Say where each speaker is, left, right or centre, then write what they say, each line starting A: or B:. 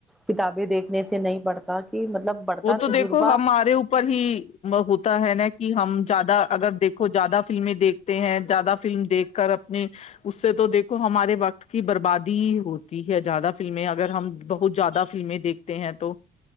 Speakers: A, in the centre; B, on the left (about 40°).
A: کتابیں دیکھنے سے نہیں پڑھتا کہ مطلب بڑھتا
B: وہ تو
A: تجربہ
B: دیکھو ہمارے اوپر ہی ہوتا ہے نا کہ ہم زیادہ اگر دیکھو زیادہ فلمیں دیکھتے ہیں زیادہ فلم دیکھ کر اپنے اس سے تو دیکھو ہمارے وقت کی بربادی ہی ہوتی ہے زیادہ فلمیں اگر ہم بہت زیادہ فلمیں دیکھتے ہیں تو